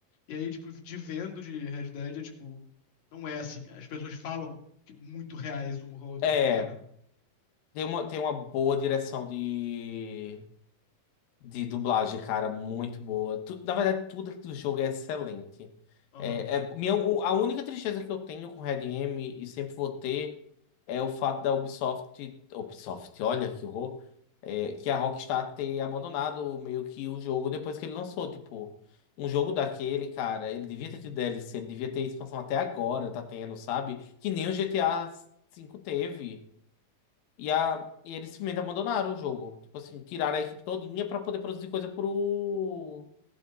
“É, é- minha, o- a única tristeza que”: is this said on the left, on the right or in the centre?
Left